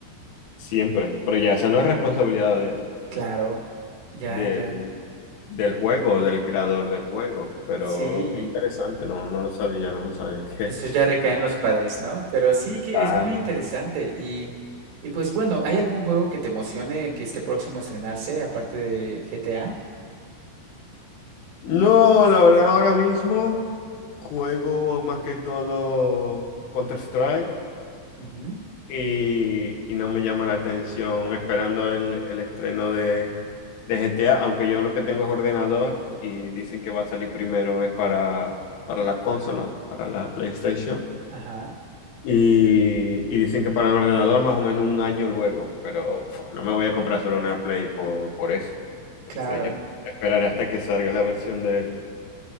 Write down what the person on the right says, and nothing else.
Claro, ya,
ya.
Sí,
Eso ya
recae en los padres, ¿no? Pero sí que
es muy interesante. Y, y pues bueno, ¿hay algún juego que te emocione que esté próximo a estrenarse, aparte de GTA?
Ujú,
Ajá,
claro.